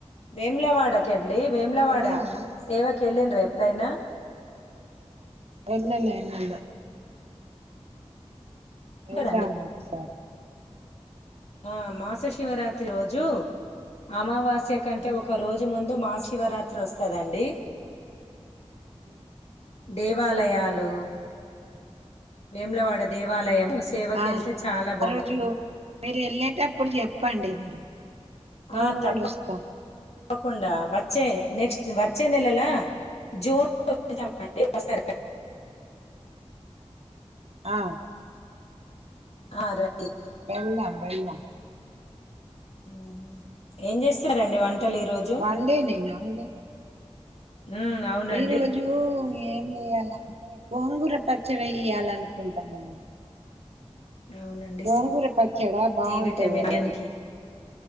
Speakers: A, on the left; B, on the right.
A: వేములవాడ కండి వేములవాడ
B: వెళ్దామా
A: సేవకి వెళ్ళిండ్రా ఎప్పుడైనా
B: ఎల్లలె ఇల్
A: ఉంటదండి
B: ఎళ్లాను ఒకసారి
A: ఆ మాస శివరాత్రి రోజు అమావాస్య కంటే
B: ఉమ్
A: ఒక రోజు ముందు మశివరాత్రి వస్తదండి
B: ఉ
A: దేవాలయాలు వేములవాడ దేవాలయం సేవకి
B: ఆ
A: వెళ్తే చాలా బాగుంటది
B: ఆ రోజు మీరు ఎల్లేటప్పుడు చెప్పండి మరి నేను
A: ఆ తప్ప
B: కూడా వస్తా
A: తకుండా వచ్చే నెక్స్ట్ వచ్చే నెలలా జూన్ వస్తారా
B: ఆ
A: ఆ రండి
B: వెళ్లం వెళ్లం
A: ఉ ఏం చేస్తురండి
B: జూన్ లో
A: వంటలు ఈరోజు
B: వన్ డే నేనా అండి
A: హు అవునండి
B: ఈ రోజు ఏం వేయాలంటే గోంగుర పచ్చడి వెయ్యాల అనుకుంటానండి
A: అవునండి
B: గోంగూర పచ్చడి
A: సి
B: బాగుంటది
A: విటమిన్
B: కదండి
A: కి